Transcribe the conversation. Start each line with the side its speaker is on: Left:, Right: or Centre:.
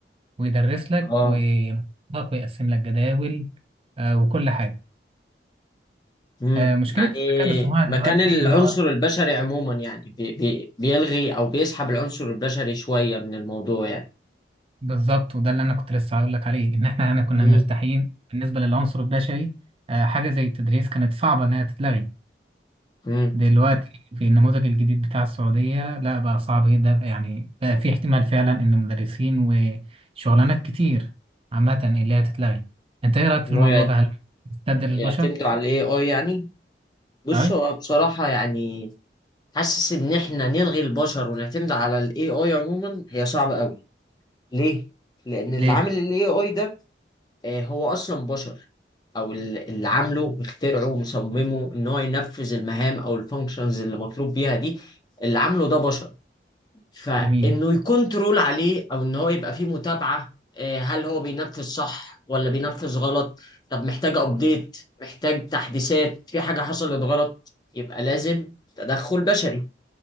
Right: ويدرس لك
Left: اه
Right: وينظم لك ويقسم لك جداول آه، وكل حاجة
Left: امم
Right: آه، مشكلة
Left: يعني
Right: الذكاء الاصطناعي
Left: مكان
Right: دلوقتي
Left: العنصر
Right: إن هو
Left: البشري عموما يعني بي بي بيلغي او بيسحب العنصر البشري شوية من الموضوع يعني
Right: بالظبط وده اللي انا كنت لسه هقول لك عليه ان احنا يعني كنا
Left: امم
Right: مرتاحين بالنسبه للعنصر البشري آه، حاجه زي التدريس كانت صعبه انها تتلغي
Left: امم
Right: دلوقتي في النموذج الجديد بتاع السعوديه لا بقى صعب جدا يعني بقى في احتمال فعلا ان مدرسين وشغلانات كتير عامه اللي هي تتلغي انت ايه رايك في
Left: ان
Right: الموضوع
Left: هو يعت-
Right: ده هل تستبدل البشر
Left: يعتمدوا على الاي اي يعني بص
Right: اي
Left: هو بصراحة يعني حاسس ان احنا نلغي البشر ونعتمد على الاي اي عموما هي صعبة قوي ليه لان اللي
Right: ليه
Left: عامل الاي اي ده آه، هو اصلا بشر او ال- اللي عامله مخترعه ومصممه ان هو ينفذ المهام او الفانكشنز اللي مطلوب بيها دي اللي عامله ده بشر فانه
Right: جميل
Left: يكون ترول عليه او ان هو يبقى فيه متابعة آه، هل هو بينفذ صح ولا بينفذ غلط طب محتاج ابديت محتاج تحديثات في حاجة حصلت غلط يبقى لازم تدخل بشري